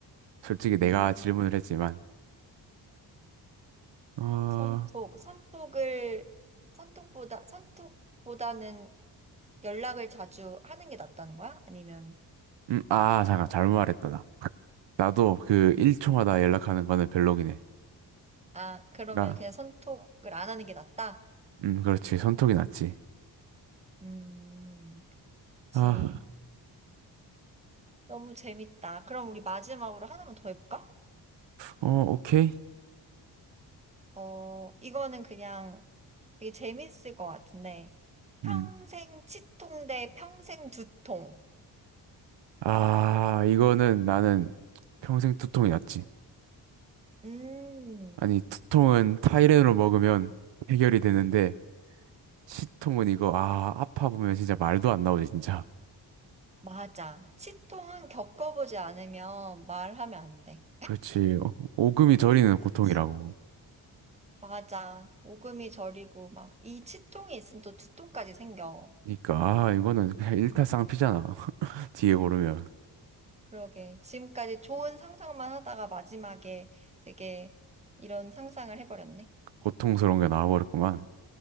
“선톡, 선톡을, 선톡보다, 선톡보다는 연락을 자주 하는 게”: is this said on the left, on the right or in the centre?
Right